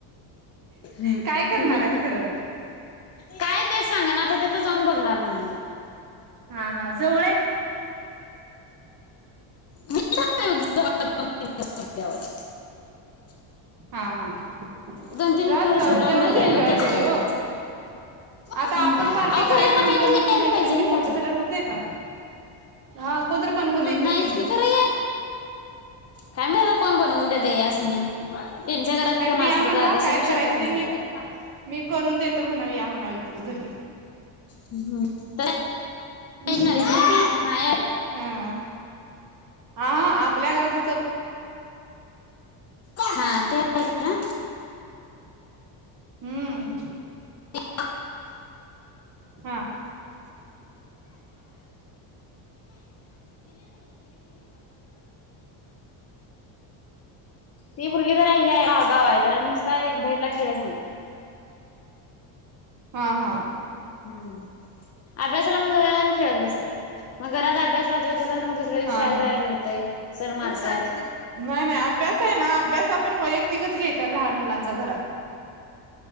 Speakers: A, on the left (about 35°); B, on the right (about 45°).
A: ह हम्म
B: काय करणार
A: हम्म.
B: आहेत खरं
A: काय तेच सांगा ना, आता तिथं जाऊन बघणार म्हणे आता.
B: हा हा जव
A: मी जाणार आहे जवळपास <inaudible>
B: हा हा जाऊ
A: दोन तीन
B: दे
A: घर
B: जाऊ
A: सोडल्यावर
B: दे. तेवढंच
A: गल्ली आहे
B: एन्जॉय
A: त्या
B: असते
A: गल्ली आहे
B: हो.
A: त्यांच्या
B: आता
A: हम्म.
B: आपण पार्टी
A: अहो
B: करायच
A: खरं यांना
B: म्हणल
A: काहीतरी
B: मी
A: यायला
B: तर मैत्रिणी
A: पाहिजे नाही
B: मोठ
A: त्यातलं
B: झाल्यावर होतय का. हा कोणतरी बनवून
A: ह
B: देतील
A: नाहीच
B: मग
A: की खरं हे, काय माहित कोण बनवून देत यास नी? त्यांच्या घरात
B: नाहीतर
A: कोण
B: या
A: असल
B: म्हणाव
A: तर आता सगळी
B: काय करायचं
A: शेताकडे
B: ते मी
A: जातात.
B: मी करून देतो म्हणावी या म्हणाव इथंच घरी.
A: हम तर
B: हम
A: ऐकणार
B: हम
A: आहे ते नाही ऐक-
B: हा. आ आपल्या घरात
A: हा ते आहे ना.
B: हम्म.
A: <inaudible> <inaudible> <unintelligible>
B: हा
A: ती पूरगी जरा हे हाय आगाव आहे. जरा नुसता बहिर खेळायच म्हणत्या.
B: हा हा.
A: हम्म अभ्यासाला मग सगळे जण खेळत बसत्यात. मग घरात अभ्यास राहतो ल मग दुसऱ्या दिवशी
B: हा
A: शाळेला जायला
B: हा
A: रडतंय, सर मारत्यात.
B: नाही नाही अभ्यास आहे ना अभ्यास आपण वैयक्तिकच घ्यायचा लहान मुलांचा घरात.